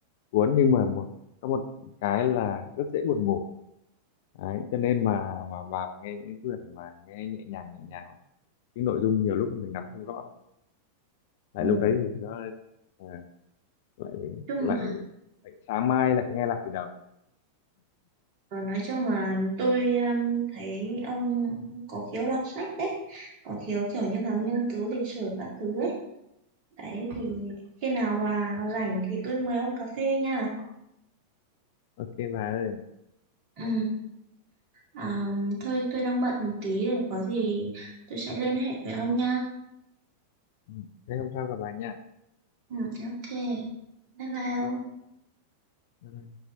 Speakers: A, on the left; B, on the right.
A: cuốn nhưng mà một có một cái là rất dễ buồn ngủ đấy cho nên mà mà vào mà nghe những quyển mà nghe nhẹ nhàng nhẹ nhàng cái nội dung nhiều lúc mình nắm không rõ lại
B: ừ. Nói
A: lúc đấy thì nó ờ, lại
B: chung
A: lại
B: là
A: lại sáng mai lại nghe lại từ đầu
B: ờ, nói chung là tôi um, thấy ông có khiếu đọc sách đấy có khiếu kiểu như là nghiên cứu lịch sử các thứ ấy đấy thì khi nào mà rảnh thì tôi mời ông cà phê nha
A: ok bà ơi
B: ừ. à, thôi tôi đang bận một tí rồi có gì tôi sẽ liên hệ với ông nha
A: Ừ, thế hôm sau gặp bà nha
B: ừ, ok bye bye ông
A: Bye bye.